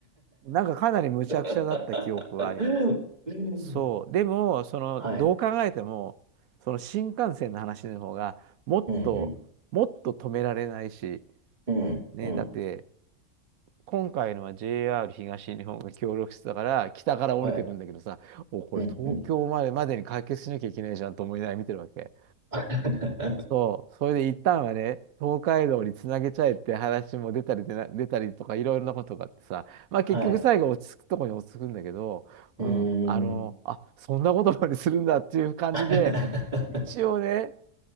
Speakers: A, on the right; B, on the right.
A: なんかかなり無茶苦茶だった記憶はあります。
B: <laughs>
A: そう。でも、その、
B: はい。
A: どう考えても、その新幹線の話の方が、もっと、
B: うん、うん、
A: もっと止められないし、
B: うん、
A: ね、
B: うん。
A: だって、今回のは JR 東日本が協力してたから、北から降りてくんだけどさ、
B: はい。
A: お、これ東京までまでに解決しなきゃいけないじゃんと思いながら見てるわけ。
B: うん、うん。<laughs>
A: そう、それで一旦はね、東海道につなげちゃえって話も出たりでな、出たりとかいろいろなことがあってさ、まあ結局最後落ち着くとこに落ち着くんだけど、
B: はい。うーん。
A: うん、あの、あ、そんなことまでするんだっていう感じで、
B: <laughs> う
A: 一応ね、